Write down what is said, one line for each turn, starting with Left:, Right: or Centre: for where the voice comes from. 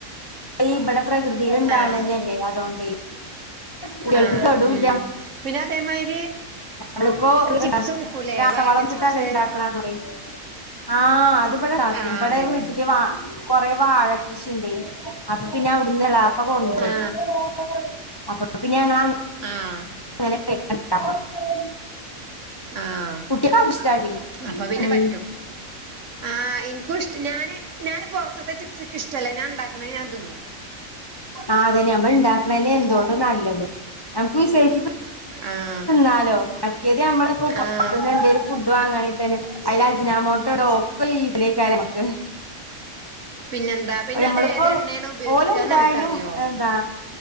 Left: ഇവിടെ പ്രകൃതി ഇണ്ടാകണന്നെല്ലേ
Right: ആ
Left: അതുണ്ടെയ് കുട്ടികൾക്ക്
Right: ആ
Left: കെടും
Right: ഉം
Left: ല്ല
Right: പിന്നെ അതേമാതിരി
Left: നമ്മളിപ്പോ
Right: ചിപ്സ് ഉണ്ടാക്കൂലേ
Left: രാസ
Right: വാഴക്ക
Left: വളന്നിട്ടാണ്ടാക്കണന്ന്
Right: ചിപ്സ്
Left: <unintelligible> ആഹ് അത് ഇബടെ ഇണ്ടാക്കും
Right: ആ
Left: ഇബടെ
Right: അതന്നെ
Left: വീട്ടില് കൊറെ വാഴ കൃഷിയുണ്ടെ അപ്പം പിന്നെ അവിടുന്നള പ്പ കൊണ്ടരുംഅപ്പ
Right: ആ
Left: പിന്നെ അങ്ങ
Right: ആഹ്
Left: അങ്ങനെ <unintelligible>
Right: ആഹ്
Left: കുട്ടികക്ക് അത് ഇഷ്ടാടി
Right: അപ്പൊ പിന്നെ
Left: ഉം
Right: പറ്റും. ആഹ് ഇനിക്കും ഇഷ്ട ഞാന് ഞാന് പുറത്തെ ചിപ്സൊക്കെ ഇഷ്ടല്ല ഞാൻ ഉണ്ടാക്കണ ഞാൻ തിന്നും.
Left: ആ അതന്നെ മ്മൾ ഇണ്ടാക്കണന്നെ എന്തോണ്ട് നല്ലത്. നമക്ക് വിശേഷച്ചിട്ട
Right: ആഹ്
Left: ന്നാലോ മറ്റേത് നമ്മളപ്പോ പൊറത്തുന്നു
Right: ആഹ്
Left: എന്തേലും ഫുഡ് വാങ്ങണെ തന്നെ അയിൽ അജിനാമോട്ടോ ഒക്കെ ഒര് ഈസല് ആയിരിക്കും നമക്ക്
Right: പിന്നെന്താ? പിന്നെ
Left: ഞമ്മളിപ്പോ
Right: അത് ഏത് എണ്ണേണ് ഉപയോഗിക്കാന്ന്
Left: ഓലെ എന്തായാലും
Right: നമുക്കറിയോ
Left: എന്താ?